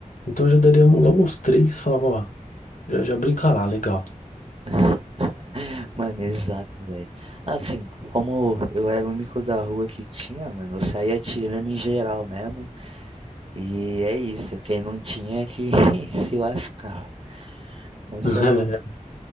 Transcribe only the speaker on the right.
<laughs> Mano, exato, velho. Assim, como eu era o único da rua que tinha, mano, eu saía tirando em geral mesmo. E é isso, quem não tinha é que <laughs> se lascava. Mas
cê é louco.